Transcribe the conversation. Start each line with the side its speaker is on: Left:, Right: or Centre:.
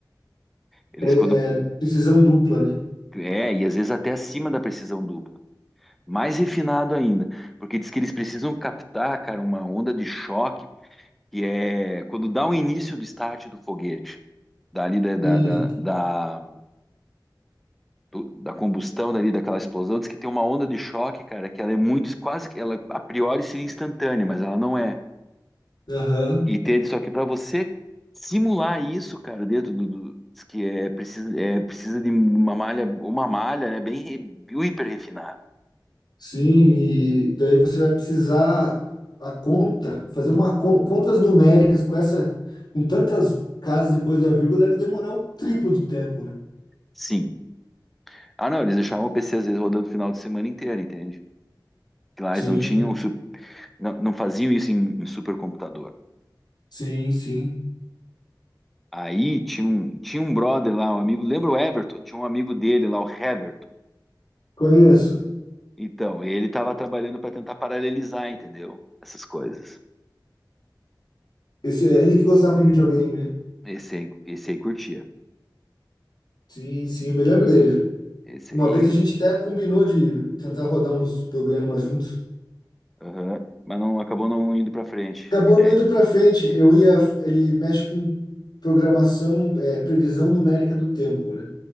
Centre: Eles
Left: É,
Centre: quando.
Left: é precisão dupla, né?
Centre: É, e às vezes até acima da precisão dupla. Mais refinado ainda, porque diz que eles precisam captar, cara, uma onda de choque, que é quando dá o início do start do foguete, dali da, da,
Left: Sim,
Centre: da, da- do- da combustão ali, daquela explosão, diz que tem uma onda de choque, cara, que ela é muito, quase que ela a priori seria instantânea, mas ela não é.
Left: aham,
Centre: E ter, só que para você simular isso, cara, dentro do, do- diz que é precisa, é precisa de uma malha, uma malha, né, bem re- hiper refinada.
Left: Sim, e daí você vai precisar a conta, fazer uma con- contas numéricas com essa, com tantas casas depois da vírgula deve demorar o triplo de tempo, né?
Centre: Sim. Ah, não, eles deixavam o PC às vezes rodando o final de semana inteiro, entende? Que lá
Left: Sim,
Centre: eles não tinham, su- não, não faziam isso em, em supercomputador.
Left: sim, sim.
Centre: Aí tinha um, tinha um brother lá, um amigo, lembra o Everton? Tinha um amigo dele lá, o Heverton.
Left: Conheço.
Centre: Então, ele estava trabalhando para tentar paralelizar, entendeu? Essas coisas.
Left: Esse é ele que gostava de videogame, né?
Centre: Esse aí, esse aí curtia.
Left: Sim, sim, eu me lembro dele.
Centre: Esse
Left: Uma
Centre: aí,
Left: vez a gente até combinou de tentar rodar uns programas juntos.
Centre: aham. Mas não acabou não indo para frente
Left: Acabou
Centre: a ideia.
Left: não indo para frente. Eu ia, ele mexe com programação, é, previsão numérica do tempo, né?